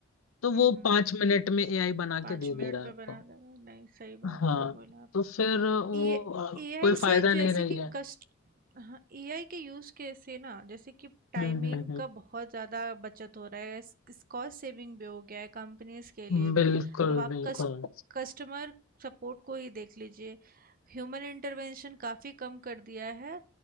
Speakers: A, on the left; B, on the right.
A: तो वो
B: हुँ, हुँ।
A: पांच मिनट में एआई बना
B: 5
A: के दे
B: मिनट
A: दे रहा है
B: में
A: आपको
B: बना देगा। नहीं, सही बात
A: हाँ
B: है, बोला
A: तो फिर वो
B: ए
A: अ,
B: एआई
A: कोई
B: से
A: फायदा
B: जैसे
A: नहीं रही
B: कि
A: है
B: कस्ट हाँ एआई के यूज कैसे ना जैसे कि टाइमिंग
A: हम्म हम्म
B: का बहुत ज़्यादा बचत हो रहा है इस कॉस्ट सेविंग भी हो गया है कंपनीज के लिए
A: हम्म
B: भी
A: बिल्कुल
B: अब आप
A: बिल्कुल
B: कस्ट कस्टमर सपोर्ट को ही देख लीजिए ह्यूमन इंटरवेंशन काफ़ी कम कर दिया है